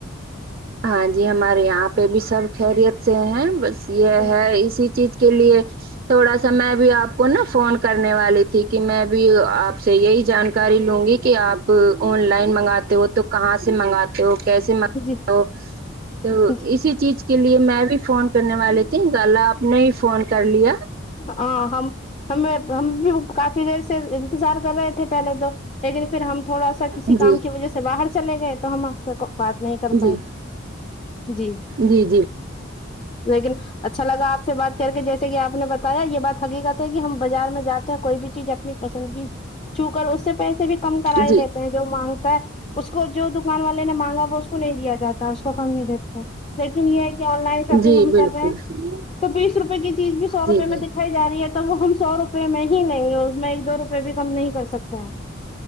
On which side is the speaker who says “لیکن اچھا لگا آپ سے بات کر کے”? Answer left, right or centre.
Left